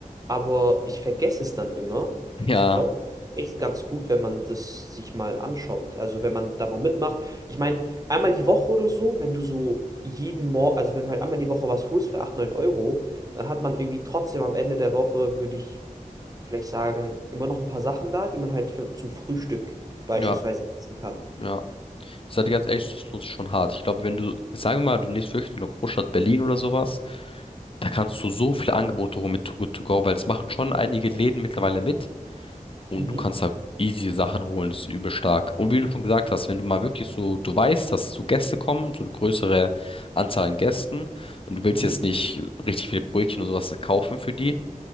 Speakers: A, on the right; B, on the left.
A: aber ich vergesse es dann immer.
B: Ja,
A: Ich glaube, echt ganz gut, wenn man das sich mal anschaut. Also wenn man da mal mitmacht. Ich meine, einmal die Woche oder so, wenn du so jeden Morgen, also wenn du halt einmal die Woche was holst für 8 9 Euro, dann hat man irgendwie trotzdem am Ende der Woche, würde ich vielleicht sagen, immer noch ein paar Sachen da, die man halt für, zum Frühstück beispielsweise
B: ja,
A: essen kann.
B: ja. Ich sag dir ganz ehrlich, das lohnt sich schon hart. Ich glaube, wenn du, sagen wir mal, du lebst wirklich in der Großstadt Berlin oder sowas, da kannst du so viele Angebote holen mit Too Good To Go, weil es machen schon einige Läden mittlerweile mit und
A: Mhm,
B: du kannst da easy Sachen holen, das ist übel stark. Und wie du schon gesagt hast, wenn du mal wirklich so, du weißt, dass so Gäste kommen, so eine größere Anzahl an Gästen und du willst
A: mhm,
B: jetzt nicht richtig viele Brötchen oder sowas kaufen für die,